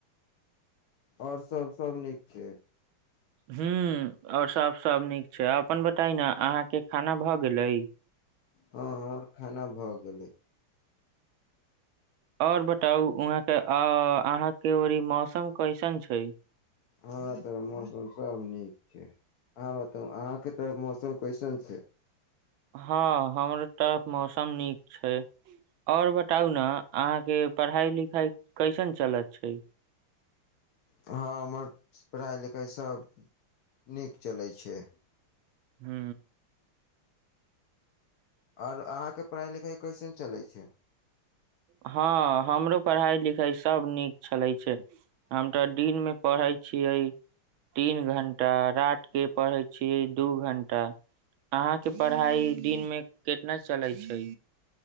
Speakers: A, on the left; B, on the right.
A: आओर सभ सभ नीक छै
B: ह आओर सब सब नीक छै अपन बताय ने अहाँके खाना भऽ गेलै
A: हँ हमर खाना भऽ गेलै
B: आओर बताउ वहाँ के अहाँ के र मौसम कैसन छै
A: हमरा ओतअ मौसम सब नीक छै अहाँ बताउ अहाँके तऽ मौसम क्वेश्चन छै
B: हँ हमर तरफ मौसम नीक छै आओर बताउ ने अहाँके पढ़ाइ लिखाइ कैसन चलत छै
A: हँ हमर पढ़ाइ लिखाइसभ नीक चलै छै
B: हू
A: आओर अहाँके पढ़ाइ लिखाइ कैसन चलैत छै
B: हँ हमरो पढ़ाई लिखाई सब नीक छलै छै हम तऽ दिन मे पढ़ैत छियै तीन घं्टा रट के पढ़े छीयै दू घण्टा अहाँके पढ़ाइ दिन मे कितना चलै छै